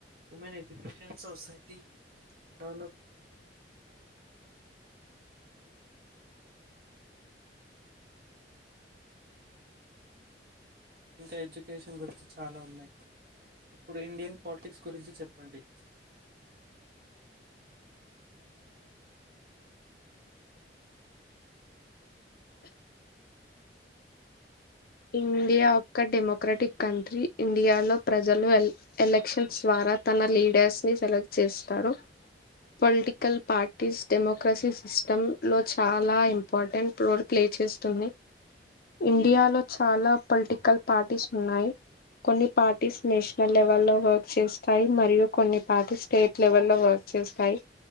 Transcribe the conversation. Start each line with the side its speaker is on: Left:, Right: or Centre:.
Right: women education society develop ఇంకా ఎడ్యుకేషన్ గురించి చాలా ఉన్నాయి ఇప్పుడు ఇండియన్ పాలిటిక్స్ గురించి చెప్పండి
Left: ఇండియా ఒక్క మోక్ మక్రటిక్ కంట్రీ ఇండియాలో ప్రజలు ఎలక్షన్స్ ద్వారా తన లీడర్స్ ని సెలెక్ట్ చే చేస్తారు పొలిటికల్ పార్టీస్ డెమోక్రసీ సిస్టమ్ లో చాలా ఇంపార్టెంట్ రోల్ ప్లే ఇచ్చేస్తుంది ఇండియాలో చాలా పొలిటికల్ పార్టీస్ ఉన్నాయి కొన్ని పార్టీస్ నేషనల్ లెవెల్ లో వర్క్ చేస్తాయి మరియు కొన్ని పార్టీ స్టేట్ లెవెల్ లో వర్క్ చేస్తాయి